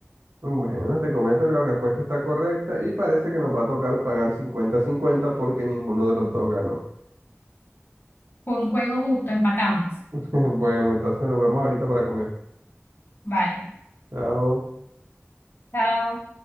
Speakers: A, on the right; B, on the left.
A: bueno, te comento que la respuesta está correcta y parece que nos va a tocar pagar cincuenta cincuenta porque ninguno de los dos ganó.
B: fue un juego justo, empatamos.
A: <laughs> Bueno, entonces nos vemos ahorita para comer.
B: Vale,
A: Chao.
B: chao.